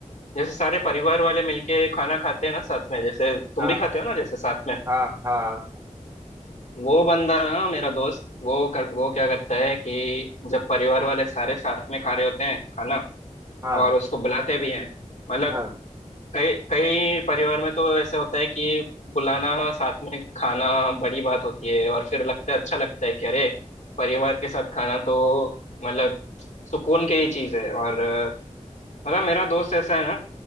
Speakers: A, on the left; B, on the right.
A: जैसे सारे परिवार वाले मिलके खाना खाते हैं ना साथ में जैसे तुम
B: हाँ
A: भी खाते हो ना जैसे साथ में
B: हाँ हाँ
A: वो बंदा ना मेरा दोस्त वो कर, वो क्या करता है कि जब परिवार वाले सारे साथ में खा रहे होते हैं खाना
B: हाँ
A: और उसको बुलाते भी हैं मतलब
B: हाँ
A: कई कई परिवार में तो ऐसे होता है कि बुलाना साथ में खाना बड़ी बात होती है और फिर लगता है अच्छा लगता है कि अरे परिवार के साथ खाना तो मतलब सुकून की ही चीज है और अ, मतलब मेरा दोस्त ऐसा है ना